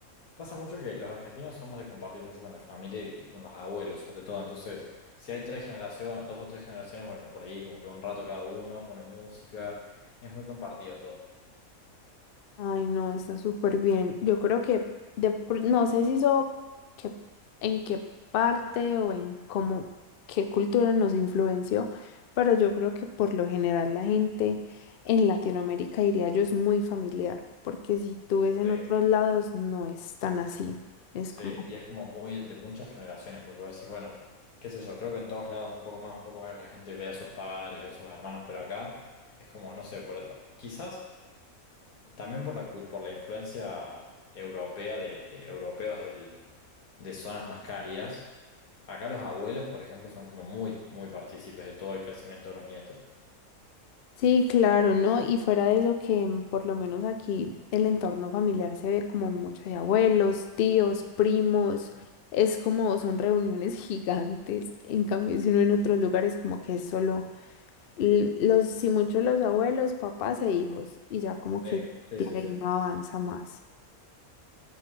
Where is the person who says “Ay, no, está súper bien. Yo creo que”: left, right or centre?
Left